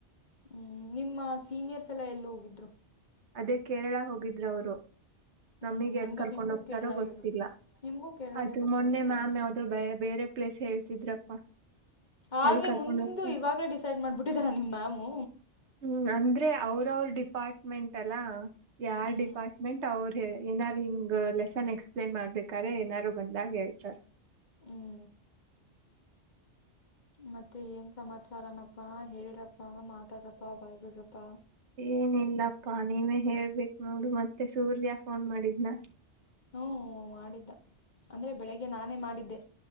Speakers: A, on the left (about 40°); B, on the right (about 70°).
A: ಹ್ಮ್ ನಿಮ್ಮ ಸೀನಿಯರ್ಸ್ ಎಲ್ಲಾ ಎಲ್ ಹೋಗಿದ್ರು
B: ಅದೇ ಕೇರಳ ಹೋಗಿದ್ರವ್ರು,
A: ಹ್ಮ್
B: ನಮಿಗ್ ಎಲ್
A: ಹಂಗಾರ
B: ಕರ್ಕೊಂಡ್
A: ನಿಮಗೂ
B: ಹೋಗ್ತಾರೋ
A: ಕೇರಳಗೆ
B: ಗೊತ್ತಿಲ್ಲ
A: ನಿಮಗೂ ಕೇರಳಗೆ
B: ಅದು
A: ಕರ್ಕೊಂಡು
B: ಮೊನ್ನೆ
A: ಹೋಗ್ತಾರೆ
B: ಮ್ಯಾಮ್
A: ಮತ್ತೆ
B: ಯಾವ್ದೋ ಬ ಬೇರೆ ಪ್ಲೇಸ್ ಹೇಳ್ತಿದ್ರಪ್ಪಾ
A: ಆಗ್ಲೇ
B: ಎಲ್ ಕರ್ಕೊಂಡ್
A: ಮುಂದಿಂದು
B: ಹೋಗ್ತಾರ
A: ಇವಾಗ್ಲೇ ಡಿಸೈಡ್ ಮಾಡ್ಬಿಟ್ಟಿದರಾ ನಿಮ್ ಮ್ಯಾಮು.
B: ಹ್ಮ್ ಅಂದ್ರೆ ಅವ್ರ್ ಅವ್ರ್ ಡಿಪಾರ್ಟ್ಮೆಂಟ್ ಅಲ್ಲಾ ಯಾರ್
A: ಹ್ಮ್
B: ಡಿಪಾ ಮೆಂಟ್ ಅವ್ರು ಏನಾರು ಹಿಂಗ್ ಲೆಸನ್ ಎಕ್ಸ್ಪ್ಲೇನ್ ಮಾಡ್ಬೇಕಾದ್ರೆ ಏನಾರು ಬಂದಾಗ ಹೇಳ್ತಾರೆ.
A: ಹ್ಮ್ ಮತ್ತೆ ಏನ್ ಸಮಾಚಾರನಪ್ಪ ಹೇಳ್ರಪ್ಪ ಮಾತಾಡ್ರಪ್ಪ ಬಾಯ್ ಬಿಡ್ರಪ್ಪ.
B: ಏನಿಲ್ಲಪ್ಪಾ ನೀವೇ ಹೇಳ್ಬೇಕ್ ನೋಡು ಮತ್ತೆ ಸೂರ್ಯ ಫೋನ್ ಮಾಡಿದ್ನ.
A: ಹ್ಞೂ ಮಾಡಿದ್ದ ಅಂದ್ರೆ ಬೆಳಿಗ್ಗೆ ನಾನೇ ಮಾಡಿದ್ದೆ